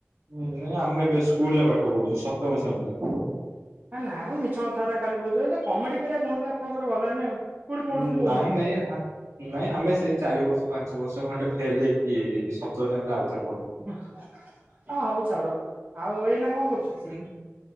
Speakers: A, on the right (about 80°); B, on the right (about 30°).
A: ହୁଁ ନାଇଁ ଆମେ ଏବେ ସ୍କୁଲ ରେ ପାଠ ପଢୁଛୁ ସପ୍ତମ ଶେଣୀରେ।
B: ଆ ନା ମୁଁ ମିଛ କଥା ଗୁଟା ଖାଲି କହୁଛୁ ଏନ୍ତେ କମେଡି କରିବା ଗୁଣଟା ଆପଣଙ୍କର ଗଲାନି ଆଉ। କୋଉଠି ପଢୁଛନ୍ତି
A: ହଁ
B: କହୁନାହାନ୍ତି
A: ନାଇଁ ନାଇଁ ଆ ନାଇଁ ଆମେ ସେଇ ଚାରି ବର୍ଷ ପାଞ୍ଚ ବର୍ଷ ଖଣ୍ଡେ ଫେଲ ହେଇକି ସପ୍ତମ ଶ୍ରେଣୀ ରେ ଆଉଥରେ ପଡିଲୁ
B: ହଁ ଓ ହଉ ଛାଡ ଆଉ ଏଇନା କଣ କରୁଛ?
A: ହୁଁ